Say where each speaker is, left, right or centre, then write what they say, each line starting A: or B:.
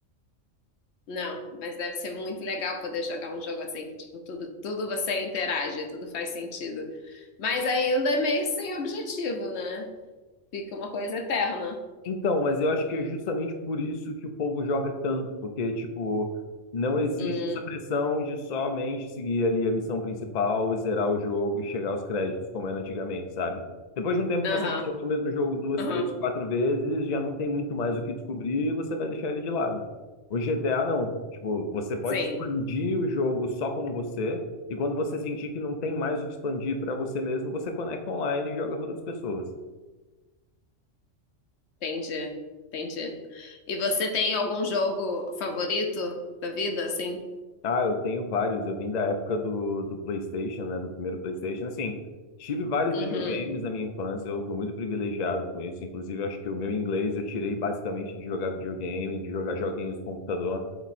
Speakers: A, on the left; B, on the left.
A: Não, mas deve ser muito legal poder jogar um jogo assim que, tipo, tudo, tudo você interage, tudo faz sentido. Mas ainda é meio sem objetivo, né? Fica uma coisa eterna.
B: Então, mas eu acho que é justamente por isso que o povo joga tanto, porque, tipo, não existe
A: Hum,
B: essa pressão de somente seguir ali a missão principal, zerar o jogo e chegar aos créditos, como era antigamente, sabe? Depois de um tempo
A: aham,
B: você vai zerar o mesmo jogo duas,
A: aham.
B: três, quatro vezes, já não tem muito mais o que descobrir e você vai deixar ele de lado. O GTA não. Tipo, você pode
A: Sim,
B: expandir o jogo só como você, e quando você sentir que não tem mais o que expandir para você mesmo, você conecta online e joga com outras pessoas.
A: entendi, entendi. E você tem algum jogo favorito da vida, assim?
B: Ah, eu tenho vários. Eu vim da época do, do PlayStation, né? Do primeiro PlayStation. Assim, tive vários
A: Uhum.
B: videogames na minha infância. Eu fui muito privilegiado com isso. Inclusive, eu acho que o meu inglês eu tirei basicamente de jogar videogame, de jogar joguinhos no computador.